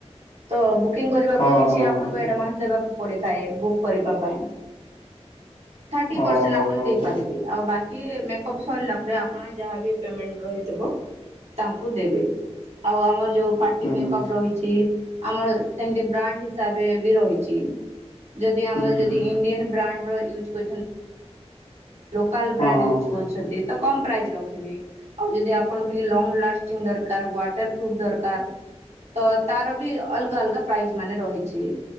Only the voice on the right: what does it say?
ତ ବୁକିଂ କରିବାକୁ
କିଛି
ଆପଣଙ୍କୁ
ଆଡଭାନ୍ସ ଦେବାକୁ ପଡିଥାଏ ବୁକ୍ କରିବା ପାଇଁ। ଥାର୍ଟି
ପରସେଣ୍ଟ
ଆପଣ
ଦେଇପାରିବେ।
ଆଉ ବାକି ମେକଅପ୍ ସରିଲା ପରେ ଆପଣ ଯାହାବି ପେମେଣ୍ଟ ରହିଥିବ ତାଙ୍କୁ ଦେବେ। ଆଉ ଆମର ଯୋଉ ପାର୍ଟି
ମେକପ
ରହିଛି ଆମର ସେମତି ବ୍ରାଣ୍ଡ ହିସାବରେ ବି ରହି ଚି ଯଦି ଆମର
ଯଦି
ଇଣ୍ଡିଆନ ବ୍ରାଣ୍ଡ ର ୟୁଜ କରୁଛନ୍ତି ଲୋକାଲ
ବ୍ରାଣ୍ଡ ୟୁଜ
କରୁଛନ୍ତି ତ କମ ପ୍ରାଇଜ ରଖିବି। ଆଉ ଯଦି ଆପଣଙ୍କୁ ଟିକେ ଲଙ୍ଗଲାଷ୍ଟିଙ୍ଗ ଦରକାର ୱାଟର ପ୍ରୁଫ ଦରକାର ତ ତାର ବି ଅଲଗା ଅଲଗା ପ୍ରାଇଜ ମାନେ ରହିଚି।